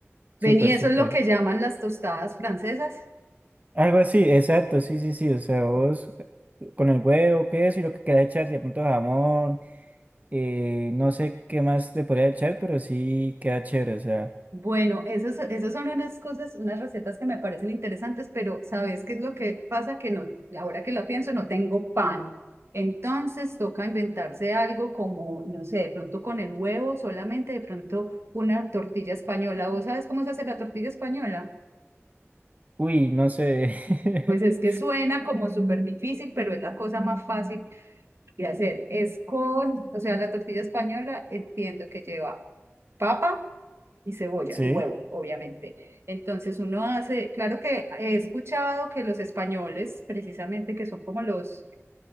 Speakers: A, on the right (about 60°); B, on the right (about 35°).
A: ven,
B: súper,
A: y eso
B: súper.
A: es lo que llaman las tostadas francesas.
B: Algo así, exacto, sí, sí, sí. O sea, vos eh, con el huevo, queso y lo que queda echar, de pronto jamón, eh, no sé qué más te podría echar, pero sí queda chévere. O sea,
A: Bueno, esas, esas son unas cosas, unas recetas que me parecen interesantes, pero ¿sabes qué es lo que pasa? Que no, ahora que lo pienso, no tengo pan. Entonces toca inventarse algo como, no sé, de pronto con el huevo, solamente de pronto una tortilla española. ¿Vos sabes cómo se hace la tortilla española?
B: uy, no sé.
A: Pues es
B: <laughs>
A: que suena como súper difícil, pero es la cosa más fácil de hacer es con, o sea, la tortilla española entiendo que lleva papa y cebolla
B: Sí,
A: y huevo, obviamente. Entonces uno hace, claro que he escuchado que los españoles, precisamente que son como los